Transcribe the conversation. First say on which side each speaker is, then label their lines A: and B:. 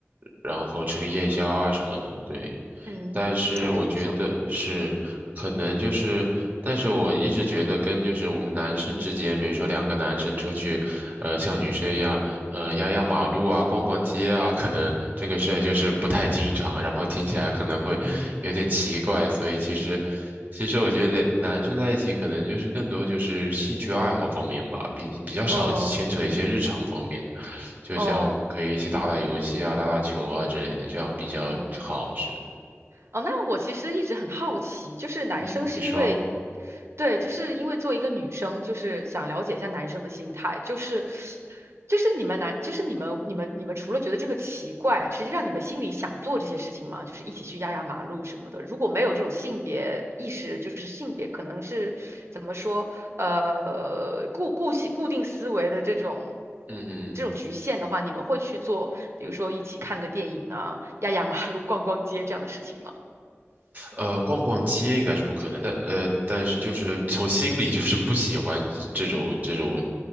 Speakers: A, on the right; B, on the right.
A: 然后吃个夜宵啊什么的，对。
B: 嗯，
A: 但是我觉得是，
B: 那还挺爽。
A: 可能就是，但是我一直觉得跟就是我们男生之间，比如说两个男生出去，呃，像女生一样，呃，压压马路啊，逛逛街啊，可能这个事儿就是不太经常，然后听起来可能会有点奇怪，所以其实，其实我觉得两男生在一起可能就是更多就是兴趣爱好方面吧，比比较少牵扯一些日常方面的，
B: 嗯，
A: 就像可以一起打打游戏啊，
B: 哦，
A: 打打球啊之类的，这样比较好，
B: 嗯。
A: 是。
B: 哦，那我其实一直很好奇，就是男生是因为，
A: 嗯，你说，
B: 对，就是因为作为一个女生，就是想了解一下男生的心态，就是，就是你们男，就是你们你们你们除了觉得这个奇怪，实际上你们心里想做这些事情吗？就是一起去压压马路什么的。如果没有这种性别意识，就是性别可能是怎么说，呃，固固性固定思维的这种。
A: 嗯
B: 这种局限的话，你们会去做，比如说一起看个电影啊，压压马路、逛逛街这样的事情吗？
A: 呃，逛逛街应该是不可能的，但呃，但是就是从心里就是不喜欢这这种这种，